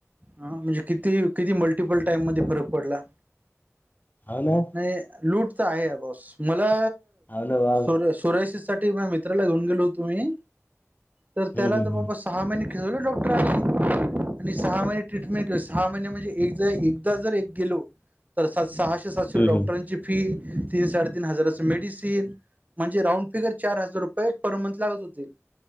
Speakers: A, on the right (about 30°); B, on the left (about 35°).
A: हा म्हणजे किती किती मल्टिपल टाइममध्ये फरक पडला
B: हा ना
A: आहे लूट तर आहे बॉस मला
B: हाव ना वा
A: <inaudible> प्रोसेस साठी माया मित्राला घेऊन गेलो होतो मी तर
B: हम्म
A: त्याला
B: हम्म
A: तर
B: हम्म
A: बाबा सहा महिने खेळवल डॉक्टरनी आणि सहा महिने ट्रीटमेंट सहा महिने म्हणजे एकदा एकदा जर एक गेलो तर सहाशे सातशे
B: हम्म
A: डॉक्टरांची
B: हम्म
A: फी तीन साडेतीन हजाराचं मेडिसिन म्हणजे राऊंड फिगर चार हजार रुपये पर मंथ लागत होते